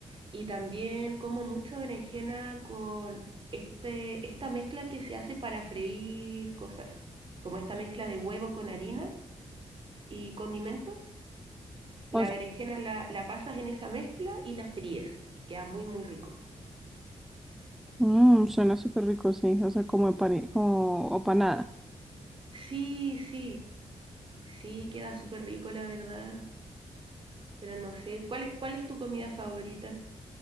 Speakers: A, on the right (about 45°); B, in the centre.
A: Y también como mucho berenjena con este, esta mezcla que se hace para freír cosas. Como esta mezcla de huevo con harina y condimentos.
B: O
A: La
B: sea,
A: berenjena la, la pasas en esa mezcla y la fríes. Queda muy, muy rico.
B: mm, suena súper rico, sí. O sea, como, empane- como o panada.
A: Sí, sí. Sí, queda súper rico, la verdad. Pero no sé. ¿Cuál, e- cuál es tu comida favorita?